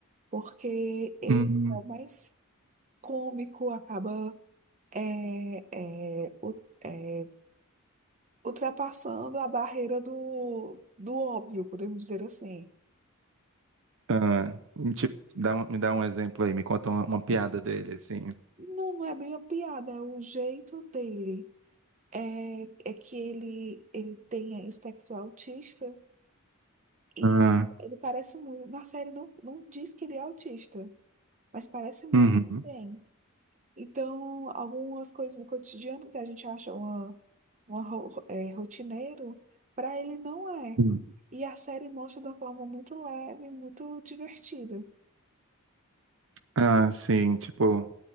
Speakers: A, on the right; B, on the right.
A: porque ele
B: Hum,
A: é o mais cômico, acaba é, é, u- é, ultrapassando a barreira do, do óbvio, podemos dizer assim.
B: ah, me, tipo, dá, um- me dá um exemplo aí, me conta uma, uma piada dele, assim.
A: Não, não é bem uma piada, é o jeito dele. É, é que ele, ele tem espectro autista e
B: Ah,
A: ele parece muito. Na série não, não diz que ele é autista, mas parece muito
B: uhum,
A: que tem. Então, algumas coisas do cotidiano que a gente acha uma, uma ro- ro- é, rotineiro, para ele não é.
B: hum.
A: E a série mostra de uma forma muito leve, muito divertida.
B: Ah, sim, tipo,